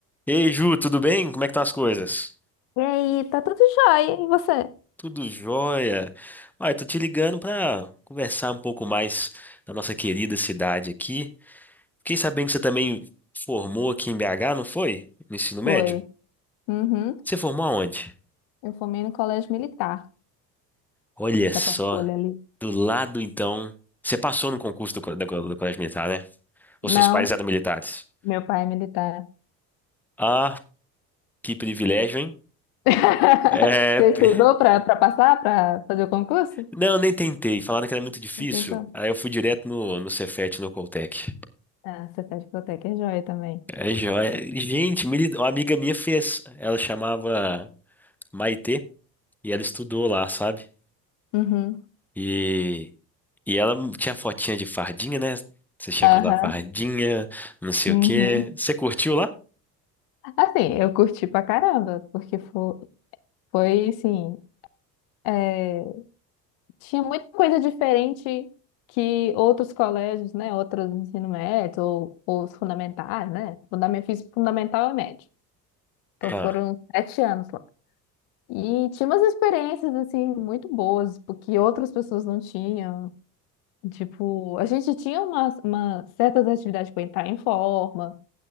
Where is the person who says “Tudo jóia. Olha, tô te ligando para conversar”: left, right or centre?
Centre